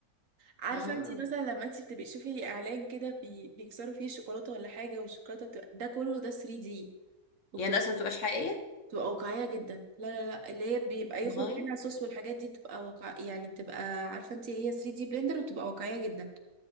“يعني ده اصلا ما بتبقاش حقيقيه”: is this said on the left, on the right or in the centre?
Left